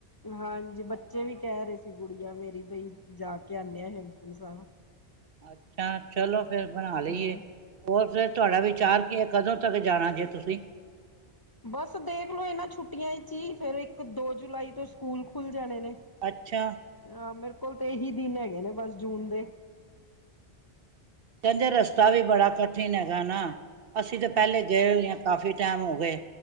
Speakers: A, on the left; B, on the right.
A: ਹਾਂਜੀ ਬੱਚੇ ਵੀ ਕਹਿ ਰਹੇ ਸੀ । ਗੁਡੀਆ ਮੇਰੀ ਬਾਈ ਜਾ ਕੇ ਆਂਨੇ ਆ ਹੇਮਕੁੰਟ ਸਾਹਿਬ।
B: ਅੱਛਾ। ਅੱਛਾ ਚਲੋ ਫੇਰ ਬਣਾ ਲਈਏ
A: ਹਾਂ
B: ਹੋਰ ਫਿਰ ਤੁਹਾਡਾ ਵਿਚਾਰ ਕੀ ਹੈ ਕਦੋਂ ਤੱਕ ਜਾਣਾ? ਆਪਾ ਜੇ ਤੁਸੀਂ।
A: ਬਸ ਦੇਖਲੋ ਇਹਨਾਂ ਛੁੱਟੀਆਂ । ਜੀ ਫੇਰ ਇੱਕ ਦੋ ਜੁਲਾਈ ਤੋਂ ਸਕੂਲ ਖੁੱਲ। ਜਾਣੇ ਨੇ
B: ਅੱਛਾ
A: ਆਹ ਮੇਰੇ। ਕੋਲ ਤਾਂ ਇਹੀ ਦਿਨ ਹੈਗੇ ਨੇ ਬਸ ਜੂਨ ਦੇ।
B: ਕਹਿੰਦੇ ਰਸਤਾ ਵੀ ਬੜਾ ਕਠਿਨ ਹੈਗਾ ਨਾ ਅਸੀਂ ਤਾਂ ਪਹਿਲੇ ਗਏ ਹੋਏ ਹਾਂ ਕਾਫੀ ਟਾਈਮ ਹੋ ਗਏ।